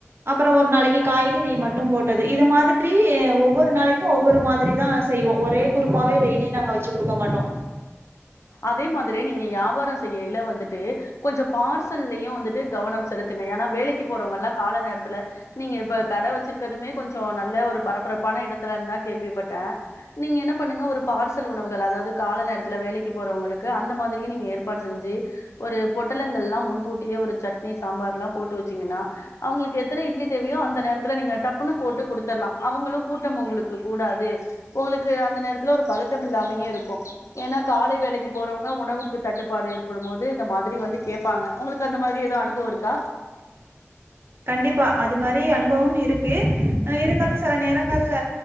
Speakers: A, on the right; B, on the left.
A: அப்ரோ ஒரு நாளைக்கு காய்கறி மட்டும் போட்டது இது மாதிரி ஒவ்வொரு நாளைக்கு ஒவ்வொரு மாதிரிதா செய்வோ ஒரே குருமாவே டெய்லி நாங்க வச்சு குடுக்க மாட்டோ
B: அதே மாதிரி நீங்க யாவார செய்யயில வந்துட்டு கொஞ்ச பார்சல்லையு வந்துட்டு கவனம் செலுத்துங் ஏன்னா வேலைக்கு போறவங்கல்லா கால நேரத்துல நீங்க இப்ப கட வச்சிருக்கதுமே கொஞ்ச நல்ல ஒரு பரபரப்பான இடத்துல தான் கேள்விப்பட்டே நீங்க என்ன பண்ணுங்க ஒரு பார்சல் உணவுகள் அதாவது கால நேரத்துல வேலைக் க்கு போரவங்களுக்கு அந்த மாதிரியு நீங்க ஏற்பாடு செஞ்சு ஒரு பொட்டலங்கள்ல்லா முன்கூட்டியே ஒரு சட்னி சாம்பார் ல்லா போட்டு வச்சீங்கன்னா அவங்களுக்கு எத்தன இட்லி தேவயோ அந்த நேரத்துல நீங்க டப்புன்னு போட்டு குடுத்துலா அவங்களு கூட்டம் உங்களுக்கு கூடாது உங்களுக்கு அந்த நேரத்துல ஒரு பதட்டம் இல்லாமயு இருக்கு ஏன்னா காலை வேலைக்கு போரவங்க உணவுக்கு தட்டுப்பாடு ஏற்படும் போது இந்த மாதிரி வந்து கேட்பாங்க உங்களுக்கு அந்த மாதிரி ஏதும் அனுபவம் ருக்கா
A: கண்டிப்பா அது மாறி அனுபவம் இருக்கு இருந்தாலு சில நேரங்கள்ல